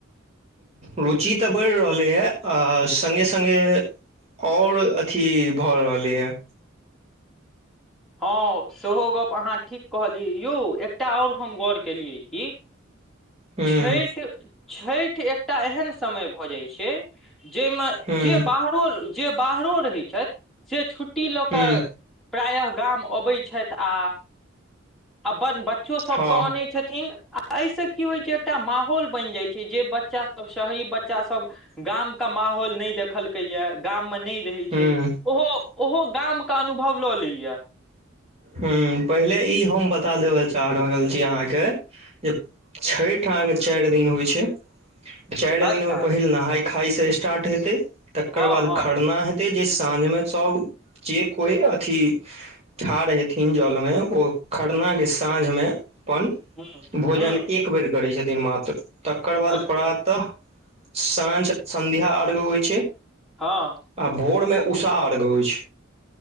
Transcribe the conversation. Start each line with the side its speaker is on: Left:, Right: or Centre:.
Right: रुचि तऽ बइढ़ रहलैएँ आ सङ्गे सङ्गे ओर अथी भए रहलेया
Centre: हँ सेहो गप अहाँ ठीक कहली यौ एकटा ओर हम गौर केलियै क
Right: हुं
Centre: छठि छठि एकटा एहन समय भऽ जाइत छै जाहि में
Right: हुं
Centre: जे बाहरो जे बाहरो रहैत छथि से छुट्टी लऽ
Right: हुं
Centre: कऽ प्रायः गाम अबै छैथ आ अपन बच्चो सब
Right: हँ
Centre: केन आनेत छथिन आ एहिसँ की होइ छै एकटा माहौल बैन जाइ छै जे बच्चा सब शहरी बच्चा सब गाम के माहौल नाए देखलकै या गाम मे नाए रहै
Right: हुं
Centre: छै ओहो ओहो गाम के अनुभव लऽ लैए
Right: ह पहिले ई हम बता देब चाह रहल छि अहाँके ज छैठअहाँके चार दिन होइ छै चार दिन
Centre: अच्छा
Right: में पहिल नहाय खाय से स्टार्ट हेते तकर
Centre: हँ
Right: बाद
Centre: हँ
Right: खरना हेते ते जे साँझ मे सब जे कोइ अथी ठाढ़ हेतै थिन जलमे ओ खरना के साँझमे अपन
Centre: हुँ
Right: भोजन
Centre: हुँ
Right: एक बेर करै छथिन मात्र तकर बाद
Centre: अच्छा
Right: प्रातः साँझ सन्ध्या अर्ध्य होइत छै
Centre: हँ
Right: आ भोर मे उषा अर्घ्य होइ छै